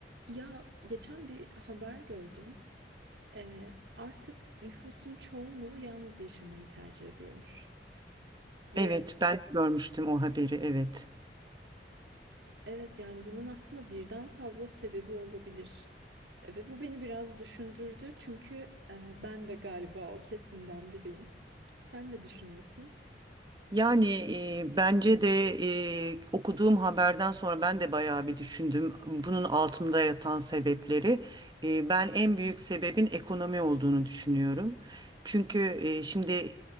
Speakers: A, on the right; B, on the right.
A: Ya geçen bir haber gördüm. Ee, artık nüfusun çoğunluğu yalnız yaşamayı tercih ediyormuş. Ve
B: Evet, ben de görmüştüm o haberi. Evet.
A: evet yani bunun aslında birden fazla sebebi olabilir. E, Ve bu beni biraz düşündürdü çünkü e, ben de galiba o kesimden biriyim. Sen ne düşünüyorsun?
B: Yani e, bence de e, okuduğum haberden sonra ben de bayağı bir düşündüm bunun altında yatan sebepleri. E, ben en büyük sebebin ekonomi olduğunu düşünüyorum. Çünkü e, şimdi